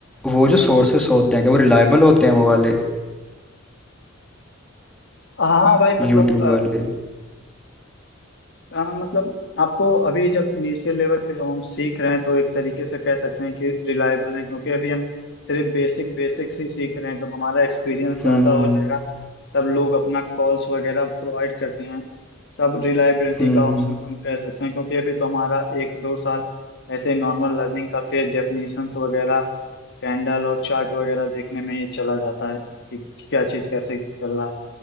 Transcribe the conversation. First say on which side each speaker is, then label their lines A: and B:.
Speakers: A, in the centre; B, on the left (about 60°).
A: वो जो सोर्सेस होते हैं क्या वो रिलायबल होते हैं वो वाले
B: हाँ हाँ भाई मतलब
A: यूट्यूब वाले
B: हाँ मतलब आपको अभी जब इनिशियल लेवल पे जब हम सीख रहे हैं तो एक तरीके से कह सकते हैं कि रिलायबल है क्योंकि अभी हम सिर्फ बेसिक बेसिक्स ही सीख रहे हैं जब हमारा एक्सपीरियंस ज़्यादा
A: हम्म हम्म
B: हो जाएगा तब लोग अपना कॉल्स वगैरह प्रोवाइड करते हैं तब रिलायबिलिटी
A: हम्म
B: का
A: हम्म।
B: ऑप्शन हम कह सकते हैं क्योंकि अभी तो हमारा एक दो साल ऐसे नॉर्मल लर्निंग का फिर डेफिनेशंस वगैरह कैंडल और चार्ट वगैरह देखने में ही चला जाता है कि क्या चीज़ कैसे चल रहा है